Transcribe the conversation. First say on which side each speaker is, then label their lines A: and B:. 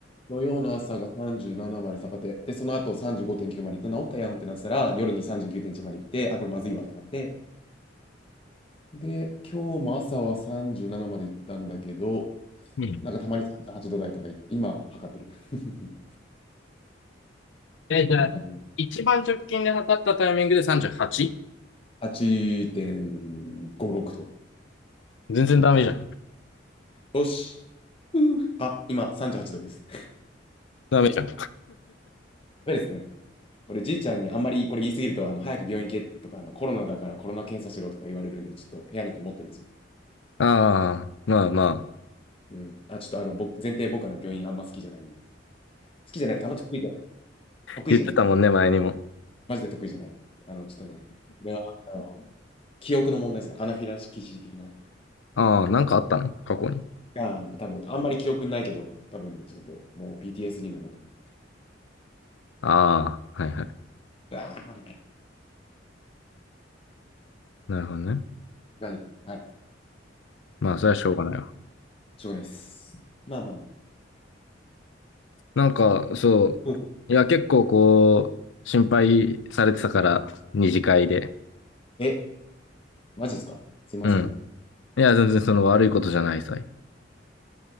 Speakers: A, on the left; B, on the left.
A: 土曜の朝が37まで下がって、で、その後35.9まで行って、治ったやんってなってたら、夜に39.1まで行って、あ、これまずいわってなって、で、今日も朝は37まで行ったんだけど、
B: うん。うん。
A: なんかたまに38度台とか行って、今測ってる。<laughs>
B: え、じゃあ、
A: 多分
B: 一番直近で測ったタイミングで 38?
A: 8.56とか。
B: 全然ダメじゃん。
A: あきよし。うーあ、今38度です。<laughs>
B: ダメじゃん。
A: やれですね。これじいちゃんにあんまりこれ言い過ぎると、あの、早く病院行けとか、あの、コロナだからコロナ検査しろとか言われるんで、ちょっと部屋にこもってるんですね。
B: ああ、まあまあ。
A: うん。あ、ちょっとあの、僕、前提僕はあの、病院あんま好きじゃないんです。好きじゃないとか、あんま得意じゃない。得意じゃない。
B: 言ってたもんね、前にも。
A: マジで得意じゃない。あの、ちょっとね、これは、あの、記憶の問題ですね。アナフィラキシー的な。
B: ああ、なんかあったの過去に。
A: あ多分、あんまり記憶ないけど、多分ね、ちょっともう PTSD なんだと思う。
B: ああ、はいはい。
A: ああ、みたい
B: なるほどね。
A: な。感じですねはい。
B: まあ、それはしょうがないわ。
A: しょうがないです。まあまあまあ。
B: なんか、そう。
A: うん
B: いや、結構こう、心配されてたから、二次会で。
A: え、マジですかすいません。
B: うん。いや、全然その悪いことじゃないさ。